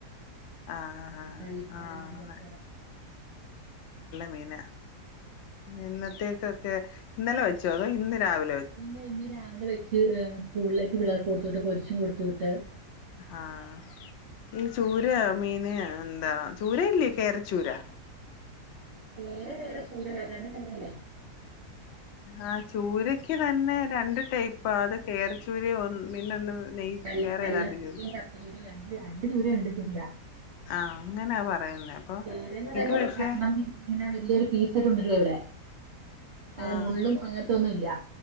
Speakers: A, on the left (about 85°); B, on the right (about 50°).
A: ആഹ് ആഹ്
B: വെ
A: ആഹ്
B: വെള്ള വെള്ളക്കര
A: പിന എന്നത്തെ ക്കെ ഇന്നലെ വെച്ചോ അതോ ഇന്ന് രാവി
B: ഇല്ല ഇന്ന് രാവിലെ വെ ക്ക് സ്കൂളിലേക്ക് പിളേർക്ക് കൊടുത്തുട്ട് പൊരിച്ചും കൊടുത്ത് വിട്ട്
A: ആഹ് ഈ ചൂര മീന് എന്താ ചൂര ഇല്ലേ കേരചൂരാ
B: കേര വേറെ ചൂര വേറെ രണ്ടു രണ്ടല്ലേ
A: ആ ചൂരക്ക് തന്നെ രണ്ട് ടൈപ്പാ അത് കേരച്ചൂര ഒ പിന്ന ഒന്ന് നെയ്
B: വെ
A: വേറെ
B: വെള്ളച്ചൂര
A: ഏതാണ്ട് ചൂര
B: കപ്പ ചൂരണ്ട് അന്റെ ചൂര ഇണ്ട് <unintelligible>
A: ആഹ് അങ്ങനാ പറയുന്നേ അപ്പൊ
B: പേരെന്ന് പറയുമ്പോ
A: ഇത്
B: ഒരുകഷ്ണം
A: പക്ഷെ
B: മീൻ ഇങ്ങനെ വലിയൊരു പീസ് എടു <unintelligible> വരും ഇവിടെ അല്ല
A: ആഹ്,
B: മുള്ളും അങ്ങനത്തെ ഒന്നും ഇല്ല